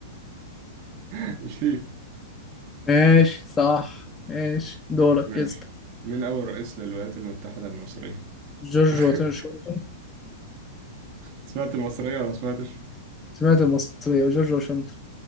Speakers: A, on the right; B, on the left.
A: <laughs> الفيل
B: ماشي صح ماشي دورك
A: ماشي
B: اسأل
A: مين اول رئيس للولايات المتحده المصريه
B: جورج
A: <laughs>
B: واشنطن
A: سمعت المصرية ولا ما سمعتش؟ <laughs>
B: سمعت المصرية جورج واشنطن